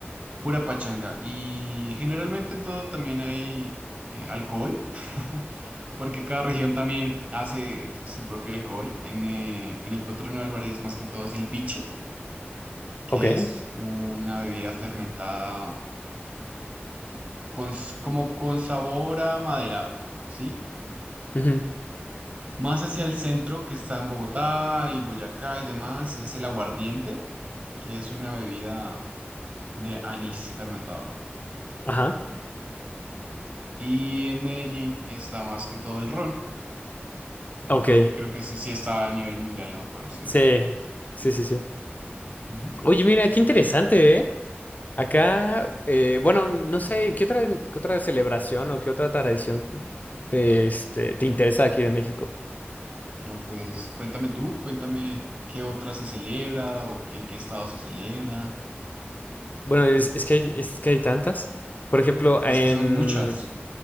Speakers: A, on the right; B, on the left.
A: pura pachanga. Y generalmente en todo también hay eh, alcohol, <laughs> porque cada región también hace su propio alcohol. En, eh, en el Petronio Álvarez más que todo es el biche, que
B: Ok.
A: es una bebida fermentada con, s- como con sabor a maderado. ¿Sí?
B: Ujú.
A: Más hacia el centro, que está en Bogotá y Boyacá y demás, es el aguardiente, que es una bebida de anís fermentado.
B: Ajá.
A: Y en Medellín está más que todo el ron, el
B: Ok.
A: ron que creo que ese sí está a nivel mundial, ¿no? Conocido.
B: Sí. Sí, sí, sí.
A: Ujú.
B: Oye, mira, qué interesante, ¿eh? Acá, eh, bueno, no sé, ¿qué otra, qué otra celebración o qué otra tradición te, este, te interesa aquí de México?
A: No, pues cuéntame tú, cuéntame qué otra se celebra o qué- en qué estado se celebra.
B: Bueno, es, es que hay, es que hay tantas. Por ejemplo, en...
A: Es que son muchas.